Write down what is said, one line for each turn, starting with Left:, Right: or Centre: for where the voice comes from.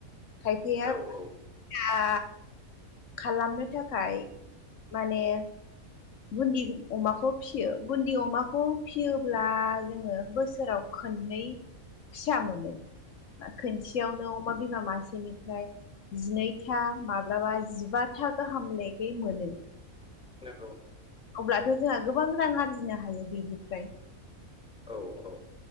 Left: खायफाया
Centre: औ
Left: निया
Centre: औ
Left: खालामनो थाखाय माने बुन्दि अमाखौ फियो बुन्दि अमाखौ फियोब्ला जोङो बोसोराव खोननै फिसा मोनो खोनसेयावनो अमा बिमा मासेनिफ्राय जिनैथा माब्लाबा जिबाथा गाहाम लागै मोनो
Centre: नोंगौ
Left: अब्लाथ' जोंहा गोबां रां आरजिनो हायो बेनिफ्राय
Centre: औ औ